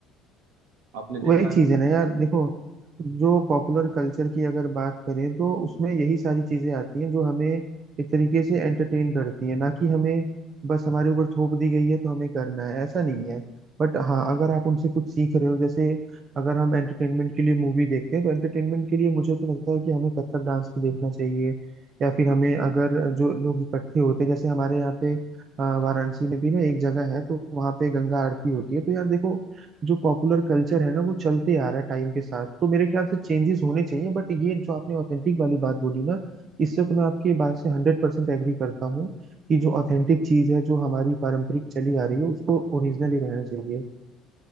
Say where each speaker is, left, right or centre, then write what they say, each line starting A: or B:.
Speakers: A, on the right; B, on the right.
A: आपने देखा
B: वही चीज
A: है
B: है ना यार देखो जो पॉपुलर कल्चर की अगर बात करें तो उसमें यही सारी चीजें आती हैं जो हमें एक तरीके से एंटरटेन करती है ना कि हमें बस हमारे ऊपर थोप दी गई है तो हमें करना है ऐसा नहीं है बट हाँ अगर आप उनसे कुछ सीख रहे हो जैसे अगर हम एंटरटेनमेंट के लिए मूवी देखते हैं तो एंटरटेनमेंट के लिए मुझे तो लगता है कि हमें कथक डांस भी देखना चाहिए या फिर हमें अगर जो लोग इकट्ठे होते हैं जैसे हमारे यहाँ पे अ, वाराणसी में भी ना एक जगह है तो वहाँ पे गंगा आरती होती है तो यार देखो जो पॉपुलर कल्चर है ना वो चलते आ रहा है टाइम के साथ तो मेरे ख्याल से चेंजेस होने चाहिए बट ये जो आपने ऑथेंटिक वाली बात बोली ना इससे तो मैं आपकी बात से हंड्रेड परसेंट एग्री करता हूँ कि जो ऑथेंटिक चीज है जो हमारी पारंपरिक चली आ रही है उसको ओरिजिनल ही रहना चाहिए